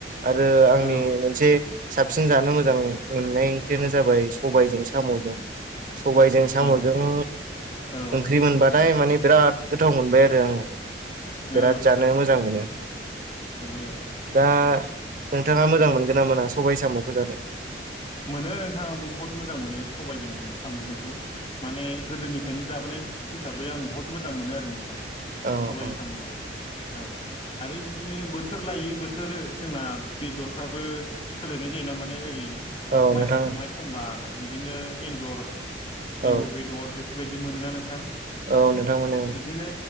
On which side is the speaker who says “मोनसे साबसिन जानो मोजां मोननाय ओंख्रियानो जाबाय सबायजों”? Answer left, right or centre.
Right